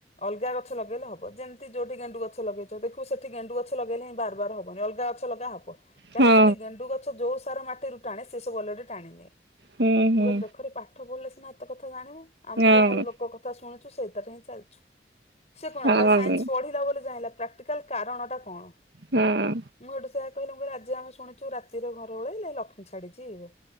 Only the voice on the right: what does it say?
ହଁ
ହୁଁ
ହୁଁ
ହଁ
ହଁ
ହଁ
ହଁ